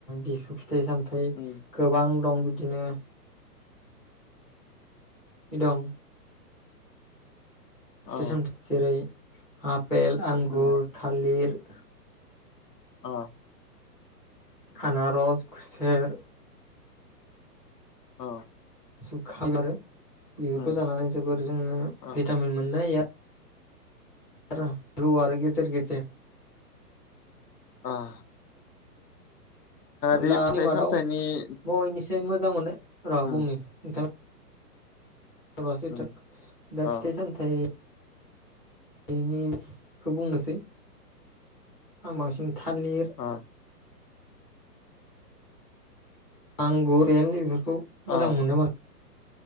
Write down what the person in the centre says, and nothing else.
बेखो फिथाइ सामथाय
गोबां दं बिदिनो। दं।
फिथाय सामथाय जेरै आपेल, आंगुर,
थालिर।
आनारस, खुसेेर।
जुखाम आरो बिफोरखौ
जानानै जोबोर जोङो
भिटामिन मोननो हायो आ र औ आरो गेजेर गेजेर।
आं
दानि
मादाव
बयनिसाय मोजां मोननाय र'
बुंनि नोंथां <unintelligible>
दा
फिथाइ सामथाय बेनिखौ बुंनोसै, आं बांसिन थालिर
आंगुर बेल बेफोरखौ
मोजां मोननो बां